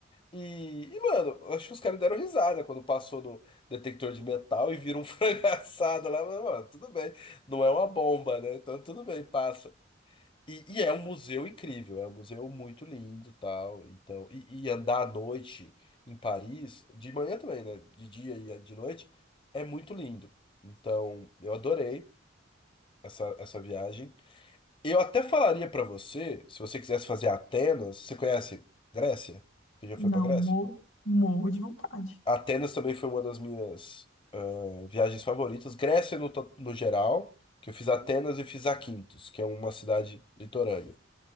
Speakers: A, on the left; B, on the left.
A: E, e, mano, eu acho que os caras deram risada quando passou no detector de metal e viram um <laughs> frango assado lá. Mas, mano, tudo bem. Não é uma bomba, né? Então tudo bem, passa. E, e é um museu incrível, é um museu muito lindo, tal. Então, e, e andar à noite em Paris, de manhã também, né? De dia e de noite, é muito lindo. Então, eu adorei essa, essa viagem. Eu até falaria pra você, se você quisesse fazer Atenas, você conhece Grécia? Você já
B: Não,
A: foi pra Grécia?
B: mo- morro de vontade.
A: Atenas também foi uma das minhas ah, viagens favoritas. Grécia no, to- no geral, que eu fiz Atenas e fiz Aquintos, que é uma cidade litorânea.